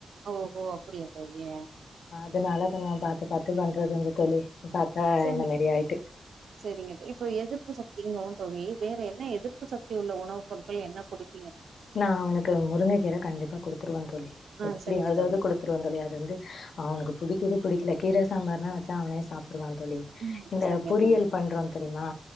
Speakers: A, on the right (about 80°); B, on the left (about 75°).
A: ஓ ஓஹோ அப்பிடியா தோழி
B: அதனாலே கொஞ்சோ பாத்து பாத்து பண்றது உண்டு தோழி பாத்தா
A: சமி
B: என்ன மாரி ஆயிட்டு.
A: சேரிங்க தோ இப்ப எதிர்ப்பு சக்திங்குவு தோழி வேற என்ன எதிர்ப்பு சக்தி உள்ள உணவுப் பொருட்கள் என்ன குடுப்
B: நா அவனுக்கு முருங்க கீர கண்டிப்பா குடுத்துருவ தோழி
A: ஆ
B: எப்பிடியாதாது
A: சரிங்க தோழி
B: குடுத்துருவே தோழி அது வந்து அவனுக்கு புடிக்குது புடிக்கல கீர சாம்பார்னா வச்சா அவனே சாப் ட்ருவா தோழி
A: ம்
B: இந்த
A: சரிங்க
B: பொறியல்
A: தோழி
B: பண்றோ தெரியுமா